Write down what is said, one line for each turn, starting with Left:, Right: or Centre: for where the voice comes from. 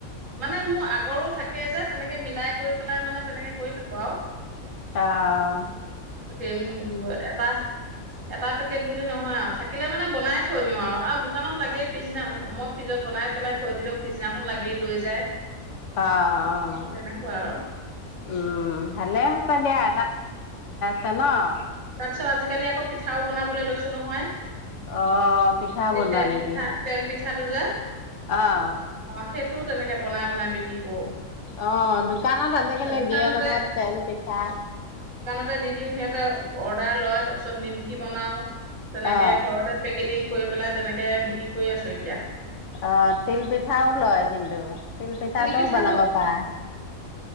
Right: মানে মোৰ আগৰো থাকে যে, তেনেকে মিলাই কৰি পেলাই মানে তেনেকে কৰি থাকো। আৰু
Left: অহ।
Right: তম এপা <inaudible> এটা পেকেট বুলি নহয় আৰু থাকিলে মানে বনাই থৈ দিওঁ আৰু আৰু দোকানত লাগেই পিছদিনা। মই ফ্ৰিজত বনাই পেলাই থৈ দিলেও পিছদিনাখন লাগেই লৈ যায়।
Left: অ অ
Right: তেনেকুৱা আৰু
Left: উম ভালে হৈছে দিয়া। পালো। <inaudible>
Right: ত আজিকালি আকৌ পিঠাও বনাবলৈ লৈছো নহয়।
Left: অহ পিঠাও
Right: এই
Left: বনোৱা
Right: তেল
Left: নেকি?
Right: পিঠা তেল পিঠাটো যে
Left: অহ
Right: অ', সেইটোও তেনেকে বনাই বনাই বিক্ৰী কৰো।
Left: অহ, দোকানত আজিকালি
Right: দোকানতে
Left: দিয়ে নহয়। তেল পিঠা
Right: তাতে দি দিওঁ সিহঁতে অৰ্ডাৰ লয়। তাৰ পিছত নিমকি বনাও। তেনেকে
Left: অ
Right: ঘৰতে পেকেটিং।। কৰি পেলাই তেনেকে বিক্ৰী কৰি আছো। এতিয়া
Left: অহ তিল পিঠাও লয় কিন্তু। তিলপিঠাটোও
Right: তিল পিঠাটো
Left: বনাব পাৰা।